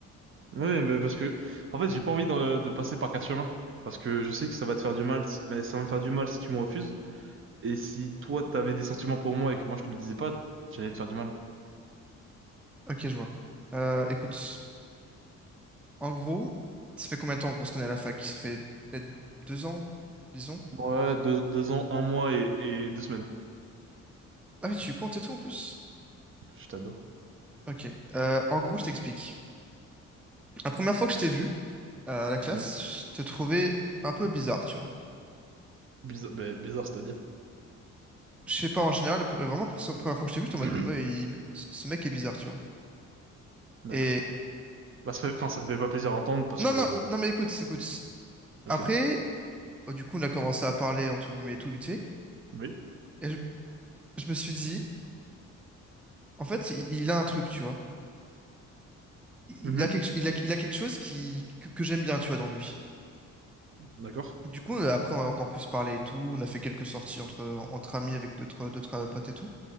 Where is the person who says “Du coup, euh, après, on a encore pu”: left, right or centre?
Centre